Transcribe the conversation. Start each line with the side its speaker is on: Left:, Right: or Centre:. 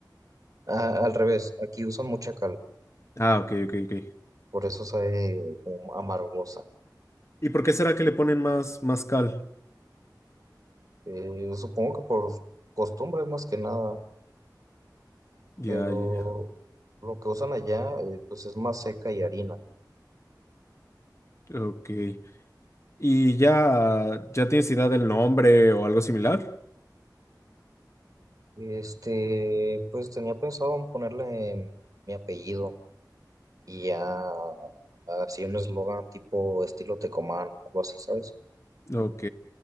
Right: Ah, al revés, aquí usan mucha cal,
Left: Ah, ok, ok, ok.
Right: por eso sabe como amargosa.
Left: ¿Y por qué será que le ponen más, más cal?
Right: Eh, supongo que por costumbres más que nada,
Left: Ya,
Right: pero
Left: ya. ya.
Right: lo que usan allá eh, pues es más seca y harina.
Left: Ok. ¿Y ya, ya tienes idea del nombre o algo similar?
Right: Este, pues tenía pensado en ponerle mi apellido y ya así un eslogan tipo estilo Tecomán, algo así, ¿sabes?
Left: Ok.